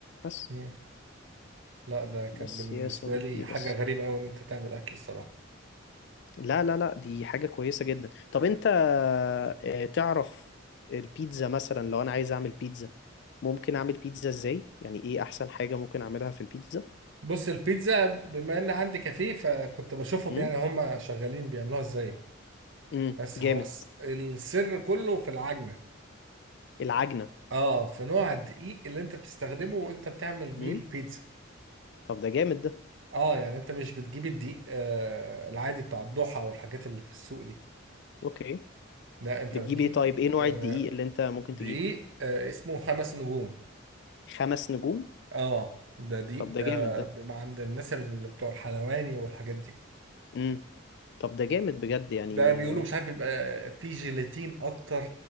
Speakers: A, on the left (about 60°); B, on the right (about 65°).
A: بس
B: مم. لا ده كانت
A: بس
B: بالنسبة
A: يا صديقي
B: لي
A: بس
B: حاجة غريبة أوي إن أنت تعمل أكل الصراحة
A: لا لا لا دي حاجة كويسة جدا طب أنت آه، تعرف البيتزا مثلا لو أنا عايز أعمل بيتزا ممكن اعمل بيتزا ازاي يعني ايه احسن حاجة ممكن اعملها في البيتزا
B: بص البيتزا بما إن عندي كافيه فكنت بشوفهم
A: امم
B: يعني هما شغالين بيعملوها إزاي
A: امم
B: بس
A: جامد
B: هو الس- السر كله في العجنة
A: العجنة
B: اه في نوع الدقيق اللي أنت بتستخدمه وأنت بتعمل بيه
A: امم
B: البيتزا
A: طب ده جامد ده
B: اه يعني أنت مش بتجيب الدقيق آه العادي بتاع الضحى والحاجات اللي في السوق دي
A: اوكي
B: لا أنت
A: بتجيب
B: بتجيب
A: ايه طيب ايه نوع
B: آه،
A: الدقيق اللي انت ممكن
B: دي
A: تجيبه
B: آه اسمه خمس نجوم
A: خمس نجوم
B: اه ده دي
A: طب ده
B: آه
A: جامد ده
B: بيبقى عند الناس اللي بتوع الحلواني والحاجات دي
A: امم طب ده جامد بجد يعني
B: ده بيقولوا
A: آه،
B: مش عارف بيبقى فيه جيلاتين اكتر